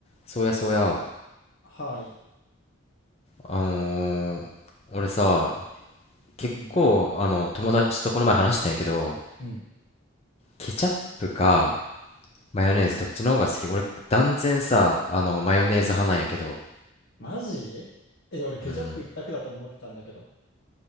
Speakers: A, on the left; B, on the left.
A: そうやそうや、
B: はい。
A: あのー俺さ、結構、
B: うん、
A: あの、友達とこの前話したんやけど、
B: うん。
A: ケチャップかマヨネーズどっちの方が好き俺、断然さ、あの、マヨネーズ派なんやけど、
B: マジえ、俺ケチャップ一択だと思ってたんだけど。
A: うん。